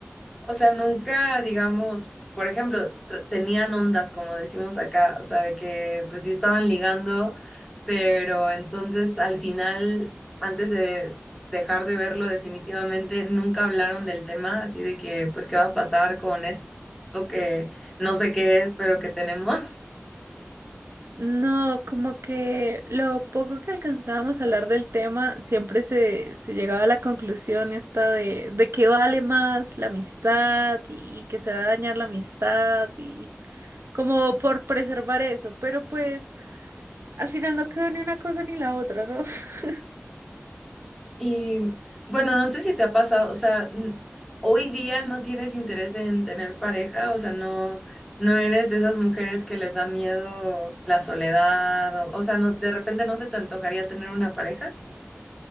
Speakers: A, in the centre; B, on the right.
A: O sea, nunca, digamos, por ejemplo, tr- tenían ondas, como decimos acá, o sea, de que pues sí estaban ligando, pero entonces al final, antes de dejar de verlo definitivamente, nunca hablaron del tema, así de que pues qué va a pasar con esto que no sé qué es, pero que tenemos.
B: No, como que lo poco que alcanzábamos a hablar del tema, siempre se, se llegaba a la conclusión esta de, de que vale más la amistad y, y que se va a dañar la amistad y como por preservar eso, pero pues al final no quedó ni una cosa ni la otra, ¿no? <laughs>
A: Y bueno, no sé si te ha pasado, o sea, n- hoy día no tienes interés en tener pareja, o sea, no, no eres de esas mujeres que les da miedo la soledad, o, o sea, no, de repente no se te antojaría tener una pareja.